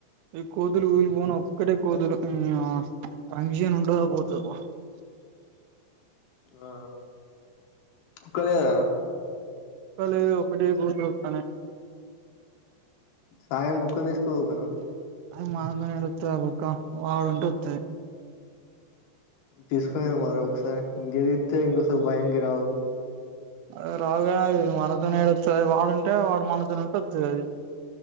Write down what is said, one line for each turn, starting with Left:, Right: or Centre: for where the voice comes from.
Right: ఈ కోదులు కూఊలి పోన ఒక్కటే కోదులు ఉమ్ ఆ పర్మిషన్ ఉంటదో పోతుదో పో
Left: ఆ అక్క లేదా
Right: కలి ఒక్కటె కోతులు అత్తనాయ్
Left: సాయం కుక్కన్ తీసుకుపో పోయినవ్
Right: అ అన్న నడు కుక్క వాడు ఉంటె అత్తది <inaudible>
Left: తీసుకునే మరి ఒకసారి ఇంకేద్ధితే ఇంకోసారి భయం కి రావు <inaudible>
Right: అది రాదు అది మనతోనే ఏడోస్తది. వాడుంటే వాడు మనతోనే ఉంటే అత్తది అది